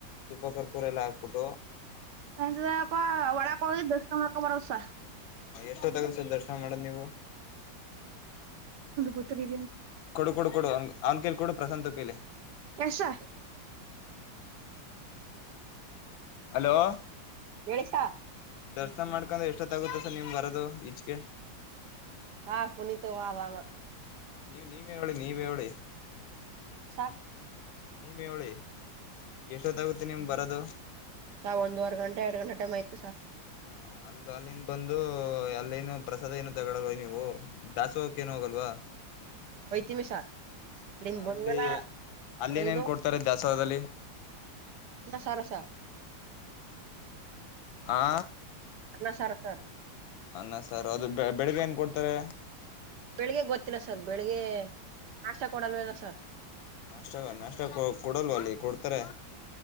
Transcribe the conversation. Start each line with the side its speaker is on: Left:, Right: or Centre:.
Left: ತುಪ್ಪ ಕರ್ಪೂರೆ ಎಲ್ಲ ಹಾಕ್ಬಿಟ್ಟು
Right: ಎಂಪ್ಪ ಒಳಕ ದಶಕನ್ ಹಕ ಬರೋದಸ
Left: ಎಷ್ಟೊ ತಗಲ್ಸ ದರ್ಶನ ಮಾಡದು್ ನೀವು
Right: ಬತರಿ
Left: ಕೊಡು ಕೊಡು ಕೊಡು ಹಂಗ ಅವ್ನ್ ಕೇಲಿ ಕೊೂಡು ಪ್ರಶಾಂತ ಕಲಿ
Right: ಕೆಸ
Left: ಹಲೋ
Right: ಎಲೀಷಾ
Left: ದರ್ಶನ ಮಾಡ್ಕೊಂಡ್ರೆ ಎಷ್ಟೊತ್ತಾಗುತ್ತೆ ಸರ್ ನಿಮ್ ಬರೋದು ಈಚ್ಗೆ
Right: ಹಾ ಪುನಿತ್ ವಲಾಮ
Left: ನೀವ ನೀವ್ ಹೇಳಿ ನೀವ್ ಹೇಳಿ
Right: ಅಾ
Left: ನೀವೇ ಹೇಳಿ ಎಷ್ಟೊತ್ತಾಗುತ್ತೆ ನಿಮ್ ಬರೋದು
Right: ಒಂದುವರೆ ಗಂಟೆ ಎರಡು ಗಂಟೆ ಟೈಮ್ ಆಯ್ತು ಸರ್
Left: ಹ ಅಲ್ಲ ಅಲ್ಲಿಂದ ಬಂದು ಅಲ್ಲಿೇನು ಪ್ರಸಾದ ಏನು ತಗಳಲ್ವ ನೀವು ದಾಸೋಹಕ್ಕ ಏನ್ ಹೋಗಲ್ವಾ
Right: ಒಯ್ತೀಮಿ ಸಾ ಅಲ್ಲಿಂದ
Left: ಅಲ್ಲಿ
Right: ಬಂದ್ಮೇಲ
Left: ಅಲ್ಲಿ
Right: ಒಯ್ದು
Left: ನೇನ್ ಕೊಡ್ತಾರೆ ದಾಸೋಹದಲ್ಲಿ
Right: ಅನ್ನ ಸಾರ ಸರ್
Left: ಆ
Right: ಅನ್ನ ಸಾರ ಸರ್
Left: ಅಣ ಸರ್ ಅದು ಬೆಳಿಗ್ಗೆ ಏನ್ ಕೊಡ್ತಾರೆ
Right: ಬೆಳಿಗ್ಗೆ ಗೊತ್ತಿಲ್ಲ ಸರ್ ಬೆಳಿಗ್ಗೆ ನಾಷ್ಟ ಕೊಡಲು ವದ ಸರ್
Left: ನಾಷ್ಟ ನಾಷ್ಟ ಕೊಡಲ್ವ ಅಲ್ಲಿ ಕೊಡ್ತಾರೆ